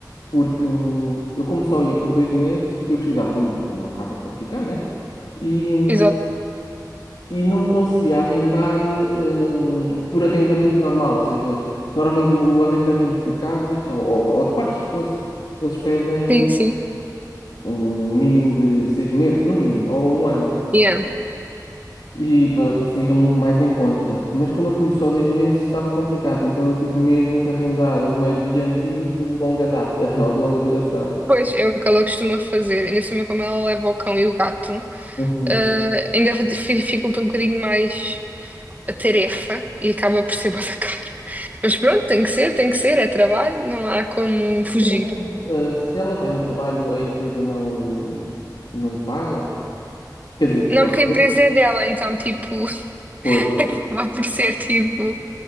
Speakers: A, on the left (about 85°); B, on the right (about 20°).
A: porque hum, eu como só ia por dois meses, eu precisava de um- de uma casa para ficar, né? E, hum,
B: Exato,
A: e não conseguia arrendar hum, por arrendamento normal, ou seja, normalmente o arrendamento de casas ou, ou- ou de quartos que fosse, eles pedem
B: sim, sim.
A: um mínimo de seis meses, no mínimo, ou um ano,
B: Yeah.
A: e para sair um mais em conta. Mas como eu fui só dois meses, estava complicado, então eu tive mesmo que arrendar um Airbnb de longa data <laughs> ou de longa duração.
B: Pois é o que ela costuma fazer. Ainda assim, como ela leva o cão e o gato,
A: Uhum.
B: eh, ainda fi- dificulta um bocadinho mais a tarefa e acaba por ser <laughs> bué da caro. Mas pronto, tem que ser, tem que ser, é trabalho, não há como fugir.
A: Uh, se ela vai em trabalho, a empresa não, não lhe paga? Quer dizer,
B: Não,
A: ó,
B: porque a empresa é dela, então, tipo, <laughs>
A: Foi.
B: acaba por ser, tipo,